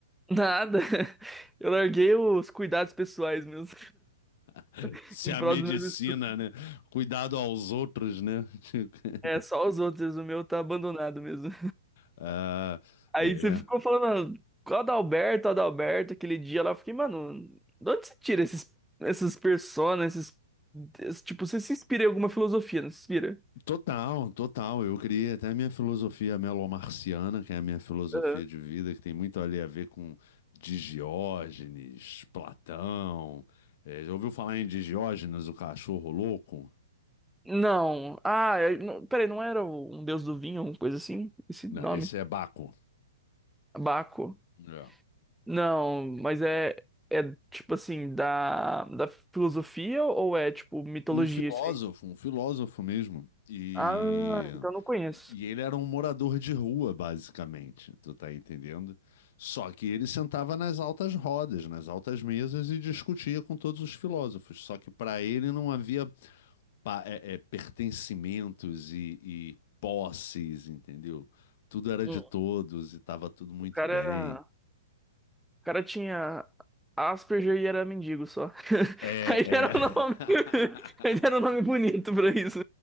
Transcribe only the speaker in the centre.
nada. Eu larguei os cuidados pessoais mesmo,
<laughs>
em
prol
dos meus estudos.
É, só os outros, o meu tá abandonado mesmo.
Aí
você ficou falando, "Ah, qual Adalberto, Adalberto, aquele dia lá, eu fiquei, mano, de onde você tira esses, essas personas, esses, esse- tipo, você se inspira em alguma filosofia, não se inspira?
Aham.
Não. Ah, é- não, peraí, não era o- um deus do vinho, uma coisa assim? Esse
nome?
Baco.
Não, mas é, é tipo assim, da, da filosofia ou é tipo mitologia
isso aí?
Ah, então não conheço.
Hum,
O cara,
o cara tinha Asperger e era mendigo só. <laughs>
Aí
era
o nome, <laughs> aí era um nome bonito pra isso.